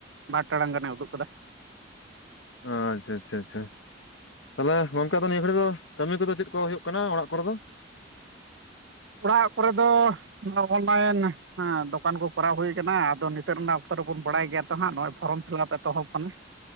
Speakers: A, on the right; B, on the left.
A: ᱵᱟᱨ ᱴᱟᱲᱟᱝ ᱜᱟᱱᱮ ᱩᱫᱩᱜ ᱠᱟᱫᱟ
B: ᱟᱻᱪᱟ ᱪᱟ ᱪᱟ ᱛᱟᱦᱞᱮ ᱜᱚᱝᱠᱮ ᱫᱚ ᱱᱤᱭᱟᱹ <unintelligible> ᱫᱚ ᱠᱟᱹᱢᱤ ᱠᱚᱫᱚ ᱪᱮᱫ ᱠᱚ ᱦᱩᱭᱩᱜ ᱠᱟᱱᱟ ᱚᱲᱟᱜ ᱠᱚᱨᱮ ᱫᱚ᱾
A: ᱚᱲᱟᱜ ᱠᱚᱨᱮ ᱫᱚ <unintelligible> ᱚᱱᱞᱟᱹᱭᱤᱱ ᱦᱮᱸ ᱫᱚᱠᱟᱱ ᱠᱚ ᱠᱚᱨᱟᱣ ᱦᱩᱭ ᱠᱟᱱᱟ ᱟᱫᱚ ᱱᱤᱛᱚᱜ ᱱᱟ ᱚᱠᱛᱚ ᱨᱮ ᱵᱚᱱ ᱵᱟᱲᱟᱭ ᱜᱮᱭᱟ᱾ ᱛᱚ ᱦᱟᱸ ᱯᱷᱚᱨᱚᱢ ᱯᱷᱤᱞᱟᱯ ᱮᱛᱚᱦᱚᱵ ᱠᱟᱱᱟ